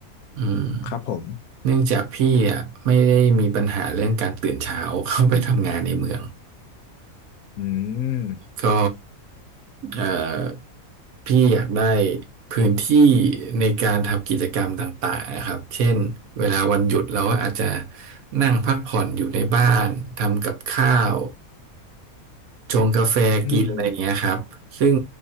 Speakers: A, on the right; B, on the left.
A: อืม
B: ครับผม
A: เนื่องจากพี่อ่ะไม่ได้มีปัญหาเรื่องการตื่นเช้า <laughs> เข้าไปทำงานในเมือง
B: อืม
A: <coughs> ก็เอ่อพี่อยากได้พื้นที่ในการทำกิจกรรมต่างๆนะครับเช่นเวลาวันหยุดเราก็อาจจะนั่งพักผ่อนอยู่ในบ้านทำกับข้าวชงกาแฟกินอะไรอย่างเงี้ยครับซึ่ง
B: อืม